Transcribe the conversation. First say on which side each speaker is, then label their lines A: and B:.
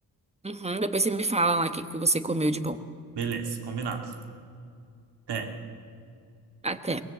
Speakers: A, on the right; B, on the right.
A: Uhum, depois você me fala lá o que que você comeu de bom.
B: Beleza, combinado. Até.
A: Até.